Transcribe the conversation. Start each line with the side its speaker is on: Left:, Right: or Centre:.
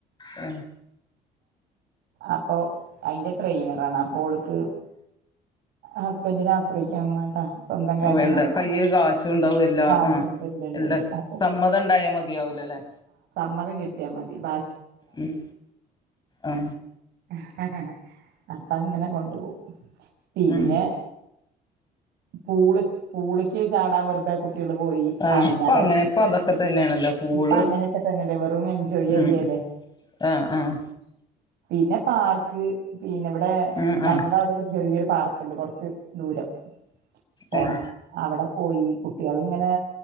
Left: ആ
Right: അപ്പൊ അയിന്റെ ട്രെയിനറാണ് ഓൾക്ക് ഹസ്ബൻഡിനെ ആശ്രയിക്കാനൊന്നും വേണ്ട സ്വന്തം കാര്യം
Left: വേണ്ട
Right: നോക്കാം
Left: കയ്യില് കാശും ണ്ടാവും എല്ലാ
Right: കാശുണ്ട്
Left: ആ
Right: ഉണ്ട് ഉണ്ട്
Left: എല്ലാ
Right: ഉണ്ട് അപ്പൊ
Left: സമ്മതണ്ടായാ മതിയാവൂലലേ
Right: മ്മതം കിട്ടിയാ മതി ബാ
Left: ഉം ആ
Right: ഹ ഹ ഹ ഹ അപ്പ അങ്ങനെ കൊണ്ടു പോവും പിന്നെ
Left: ഉം
Right: പൂള് പൂളിക്കി ചാടാൻ വെറുതെ കു കുട്ടികള് പോയി
Left: ആഹ്
Right: അയിതിനല്
Left: ഇപ്പ അങ്ങനെ ഇപ്പ അതൊക്കെ തന്നെയാണല്ലോ പൂള്
Right: ഇപ്പൊ അങ്ങനെയൊക്കെ തന്നെല്ലേ വെറും എൻജോയ്
Left: ഉം
Right: ചെയ്യല്ലേ
Left: ആഹ് ആഹ്
Right: പിന്നെ പാർക്ക് പിന്നെ ഇവിടെ
Left: ഉം
Right: ഞങ്ങടെ
Left: ആഹ്
Right: അവിടെ ചെറിയൊ പാർക്കുണ്ട് കുറച്ച് ദൂരം പോണം
Left: ആഹ്
Right: അവിടെ പോയി കുട്ടികൾ ഇങ്ങനെ